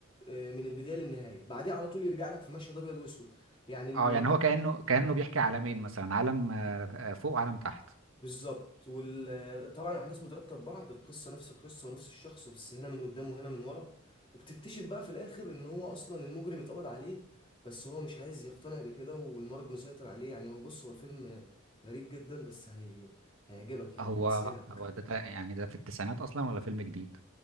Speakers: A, on the left; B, on the right.
A: آه، من البداية للنهاية بعديه على طول يرجع لك في مشهد أبيض وأسود يعني المل...
B: اه يعني هو كانه كانه بيحكي عالمين مثلا عالم آه، آه، فوق وعالم تحت
A: بالظبط وطبعا الأحداث مترابطة ببعض القصة نفس القصة ونفس الشخص بس هنا من قدام وهنا من ورا وبتكتشف بقى في الآخر إن هو أصلا المجرم اتقبض عليه بس هو مش عايز يقتنع بكده والمرض مسيطر عليه يعني هو بص هو الفيلم غريب جدا بس هي... هيعجبك يعني
B: هو
A: هيسحلك
B: هو ده تا- يعني ده في التسعينات اصلا ولا فيلم جديد